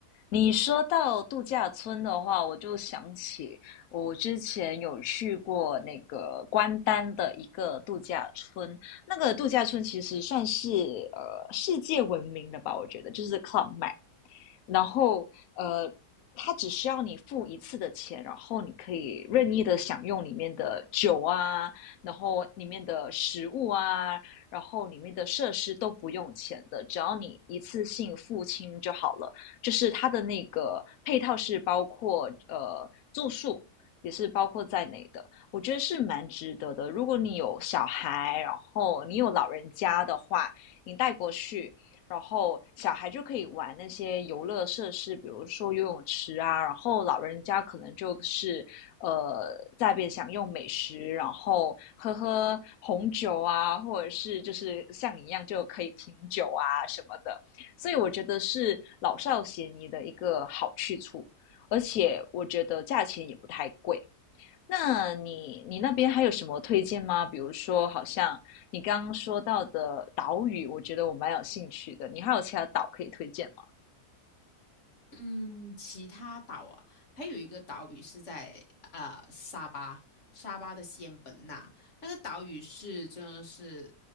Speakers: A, on the left (about 70°); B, on the left (about 50°).
A: 你说到度假村的话，我就想起我之前有去过那个关丹的一个度假村，那个度假村其实算是呃世界闻名的吧，我觉得就是 Club Med。然后呃，它只需要你付一次的钱，然后你可以任意的享用里面的酒啊，然后里面的食物啊，然后里面的设施都不用钱的，只要你一次性付清就好了。就是它的那个配套是包括呃住宿。也是包括在内的，我觉得是蛮值得的。如果你有小孩，然后你有老人家的话，你带过去，然后小孩就可以玩那些游乐设施，比如说游泳池啊，然后老人家可能就是呃在那边享用美食，然后喝喝红酒啊，或者是就是像你一样就可以品酒啊什么的，所以我觉得是老少咸宜的一个好去处，而且我觉得价钱也不太贵。那你你那边还有什么推荐吗？比如说，好像你刚刚说到的岛屿，我觉得我蛮有兴趣的。你还有其他岛可以推荐吗？
B: 嗯，其他岛啊，还有一个岛屿是在呃沙巴，沙巴的仙本那，那个岛屿是真的是，